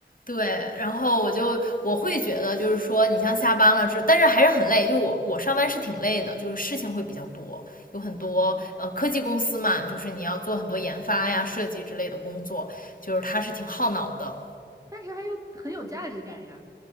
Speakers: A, on the left; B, on the right.
A: 对。然后我就我会觉得就是说，你像下班了是，但是还是很累。就我我上班是挺累的，就是事情会比较多，有很多呃科技公司嘛，
B: 嗯，
A: 就是你要做很多研发呀、设计之类的工作，就是它是挺耗脑的。
B: 但是还有很有价值感呀，